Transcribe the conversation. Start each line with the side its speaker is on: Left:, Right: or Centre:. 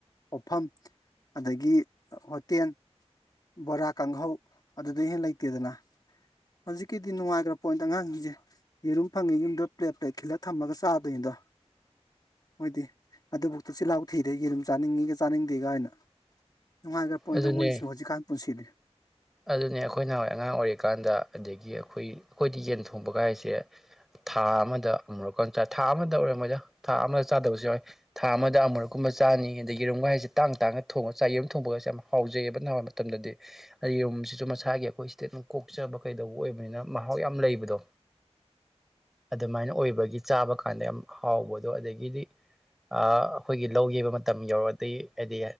Left: ꯄꯣꯐꯝ ꯑꯗꯒꯤ ꯍꯣꯇꯦꯟ ꯕꯣꯔꯥ ꯀꯥꯡꯍꯧ ꯑꯗꯨꯗꯩ ꯍꯦꯟꯅ ꯂꯩꯇꯦꯗꯅ ꯍꯧꯖꯤꯛꯀꯤꯗꯤ ꯅꯨꯡꯉꯥꯏꯈ꯭ꯔꯥ ꯄꯣꯠꯅꯤꯗ ꯑꯉꯥꯡꯁꯤꯡꯁꯦ ꯌꯦꯔꯨꯝ ꯐꯪꯉꯦ ꯌꯨꯝꯗ ꯄ꯭ꯂꯦꯠ ꯄ꯭ꯂꯦꯠ ꯈꯤꯜꯂꯒ ꯊꯝꯃꯒ ꯆꯥꯗꯣꯏꯅꯤꯗꯣ ꯃꯣꯏꯗꯤ ꯑꯗꯨꯕꯧꯗ ꯆꯤꯜꯍꯥꯎ ꯊꯤꯗꯦ ꯌꯦꯔꯨꯝ ꯆꯥꯅꯤꯡꯉꯤꯒ ꯆꯥꯅꯤꯡꯗꯦꯒꯥꯅ ꯅꯨꯡꯉꯥꯏꯒꯔ ꯄꯣꯠꯅꯤꯗ
Centre: ꯑꯗꯨꯅꯦ
Left: ꯃꯣꯏꯁꯨ ꯍꯧꯖꯤꯛꯀꯥꯟ ꯄꯨꯟꯁꯤꯗꯤ
Centre: ꯑꯗꯨꯅꯦ ꯑꯩꯈꯣꯏꯅꯋꯥꯏ ꯑꯉꯥꯡ ꯑꯣꯏꯔꯤꯀꯥꯟꯗ ꯑꯗꯒꯤ ꯑꯩꯈꯣꯏ ꯑꯩꯈꯣꯏꯗꯤ ꯌꯦꯟ ꯊꯣꯡꯕꯒꯥꯏꯖꯦ ꯊꯥ ꯑꯃꯗ ꯑꯃꯨꯔꯛꯀ ꯆ ꯊꯥ ꯑꯃꯗ ꯑꯣꯏꯔꯝꯃꯣꯏꯗ ꯊꯥ ꯑꯃꯗ ꯆꯥꯗꯕꯁꯨ ꯌꯥꯎꯏ ꯊꯥ ꯑꯃꯗ ꯑꯃꯨꯔꯛꯀꯨꯝꯕ ꯆꯥꯅꯤ ꯑꯗꯒꯤ ꯌꯦꯔꯨꯝꯒꯥꯏꯖꯦ ꯇꯥꯡ ꯇꯥꯡꯅ ꯊꯣꯡꯉꯒ ꯆꯥꯏ ꯌꯦꯔꯨꯝ ꯊꯣꯡꯕꯒꯖꯦ ꯌꯥꯝ ꯍꯥꯎꯖꯩꯑꯦꯕ ꯑꯗꯨꯅꯍꯥꯟꯋꯥꯏ ꯇꯝꯗꯗꯤ ꯑꯩ ꯌꯨꯝꯝꯁꯤꯁꯨ ꯃꯁꯥꯒꯤ ꯑꯩꯈꯣꯏ ꯁꯤꯗ ꯑꯗꯨꯝ ꯀꯣꯛꯆꯕ ꯀꯩꯗꯧꯕ ꯑꯣꯏꯕꯅꯤꯅ ꯃꯍꯥꯎ ꯌꯥꯝ ꯂꯩꯕꯗꯣ ꯑꯗꯨꯃꯥꯏꯅ ꯑꯣꯏꯕꯒꯤ ꯆꯥꯕ ꯀꯥꯟꯗ ꯌꯥꯝ ꯍꯥꯎꯕꯗꯣ ꯑꯗꯒꯤꯗꯤ ꯑ ꯑꯩꯈꯣꯏꯒꯤ ꯂꯧ ꯌꯩꯕ ꯃꯇꯝ ꯌꯧꯔꯗꯤ ꯍꯥꯏꯗꯤ